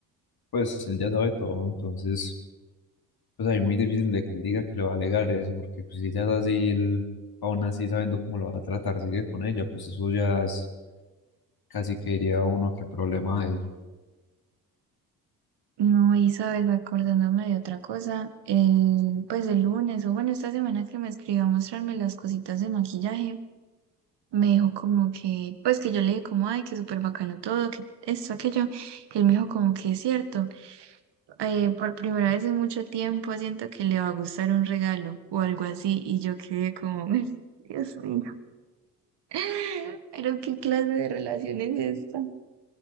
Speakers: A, on the left; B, on the right.
A: pues él ya sabe todo, entonces pues ahí es muy difícil de que él diga que le va a alegar eso porque pues, si ella es así, él, aún así sabiendo cómo lo va a tratar, sigue con ella, pues eso ya es casi que diría uno que problema de él.
B: No, y sabes, acordándome de otra cosa, el, pues el lunes o bueno, esta semana que me escribió a mostrarme las cositas de maquillaje, me dijo como que, pues que yo le dije como, ay, que súper bacano todo, que esto, aquello, él me dijo como que es cierto eh, por primera vez en mucho tiempo siento que le va a gustar un regalo o algo así y yo quedé como, <laughs> Dios mío, <laughs> pero qué clase de relación es esta,